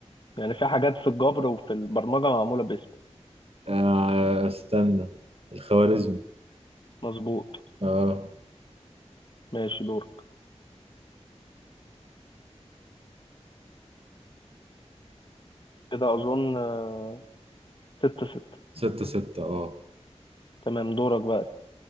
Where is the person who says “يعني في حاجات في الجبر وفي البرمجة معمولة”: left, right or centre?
Left